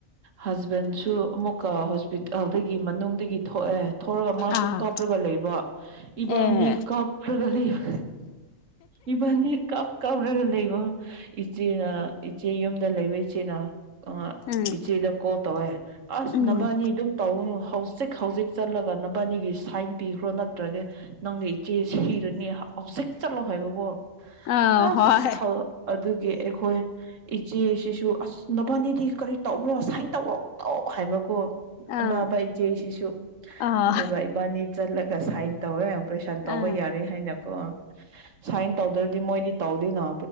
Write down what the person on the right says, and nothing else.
ꯍꯁꯕꯦꯟꯁꯨ ꯑꯃꯨꯛꯀ ꯍꯣꯁꯄꯤꯇꯥꯜꯗꯒꯤ ꯃꯅꯨꯡꯗꯒꯤ ꯊꯣꯛꯑꯦ ꯊꯧꯔꯒ ꯃꯥꯁꯨ
ꯀꯥꯞ꯭ꯔꯒ ꯂꯩꯕ ꯏꯕꯥꯅꯤ
ꯀꯥꯞ꯭ꯔꯒ ꯂꯩꯕ ꯏꯕꯥꯟꯗꯤ ꯀꯞ ꯀꯥꯞꯂꯒ ꯂꯩꯕ ꯏꯆꯦꯅ ꯏꯆꯦ ꯌꯨꯝꯗ ꯂꯩꯕ ꯏꯆꯦꯅ ꯑ
ꯏꯆꯦꯗ ꯀꯣꯜ ꯇꯧꯋꯦ ꯑꯁ
ꯅꯚꯅꯤ ꯑꯗꯨꯝ ꯇꯧꯅꯨ ꯍꯧꯖꯤꯛ ꯍꯧꯖꯤꯛ ꯆꯠꯂꯒ ꯅꯕꯥꯅꯤꯒꯤ ꯁꯥꯏꯟ ꯄꯤꯈ꯭ꯔꯣ ꯅꯠꯇ꯭ꯔꯒ ꯅꯪꯒꯤ ꯏꯆꯦ ꯁꯤꯔꯅꯤ ꯍꯧꯖꯤꯛ ꯆꯠꯂꯣ ꯍꯥꯏꯕꯕꯨꯣ
ꯑꯁ
ꯑꯗꯨꯒꯤ ꯑꯩꯈꯣꯏ ꯏꯆꯦꯁꯤꯁꯨ ꯑꯁ ꯅꯕꯥꯅꯤꯗꯤ ꯀꯔꯤ ꯇꯧꯕ꯭ꯔꯣ ꯁꯨꯃꯥꯏꯅ ꯇꯧꯔꯛ ꯇꯧ ꯍꯥꯏꯕꯀꯣ
ꯑꯅꯥꯕ ꯏꯆꯦꯁꯤꯁꯨ
ꯑꯗꯨꯒ ꯏꯕꯥꯅꯤ ꯆꯠꯂꯒ ꯁꯥꯏꯟ ꯇꯧꯋꯦ ꯄꯩꯁꯥꯟ ꯇꯧꯕ
ꯌꯥꯔꯦ ꯍꯥꯏꯅꯀꯣ ꯁꯥꯏꯟ ꯇꯧꯗ꯭ꯔꯗꯤ ꯃꯣꯏꯗꯤ ꯇꯧꯗꯣꯏꯅꯣ